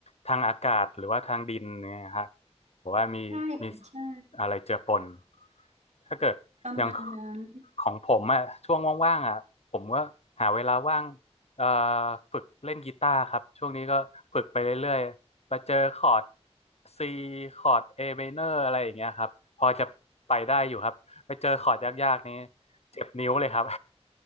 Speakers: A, on the left; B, on the right.
A: ทางอากาศหรือว่าทางดินเนี่ยฮะผมว่ามีมี
B: ใช่ค่ะใช่
A: อะไรเจือปนถ้าเกิดอย่าง
B: ประมาณนั้น
A: ของผมอะช่วงว่างๆอะผมก็หาเวลาว่างเอ่อฝึกเล่นกีตาร์ครับช่วงนี้ก็ฝึกไปเรื่อยๆมาเจอคอร์ด C คอร์ด A minor อะไรอย่างเงี้ยครับพอจะไปได้อยู่ครับไปเจอคอร์ดยากๆนี้ เจ็บนิ้วเลยครับ